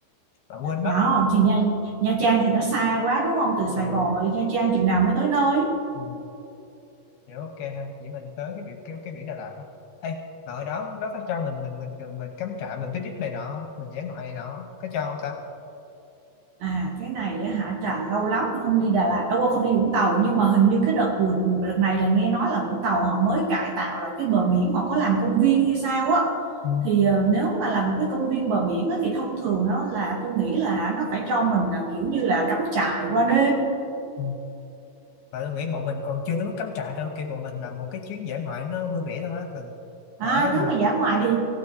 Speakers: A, on the left (about 70°); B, on the right (about 70°).
A: mà quên
B: Ờ,
A: mất
B: thì Nha, Nha Trang thì nó xa quá đúng không? Từ Sài
A: ừ,
B: Gòn mà đi Nha Trang chừng nào mới tới nơi?
A: ừ. Dạ ok ha chỉ mình tới cái biển cái, cái biển Đà Lạt thôi Ê, mà ở đó đó có cho mình mình mình mình, mình cắm trại mình picnic này nọ không mình dã ngoại này nọ không? có cho không ta
B: À cái này á hả Trà lâu lắm mà không đi Đà Lạt đâu không đi Vũng Tàu nhưng mà hình như cái đợt vừa đợt này là nghe nói là Vũng Tàu họ mới cải tạo lại cái bờ biển họ có làm công viên hay sao á
A: Ừ,
B: thì ờ, nếu mà làm cái công viên bờ biển á, thì thông thường nó là tôi nghĩ là nó phải cho mình là kiểu như là cắm trại qua đêm
A: ừ. mà tôi nghĩ bọn mình còn chưa đến mức cắm trại đâu kiểu bọn mình làm một cái chuyến dã ngoại nó vui vẻ thôi á mình
B: à,
A: ở đó
B: nếu mà dã ngoại thì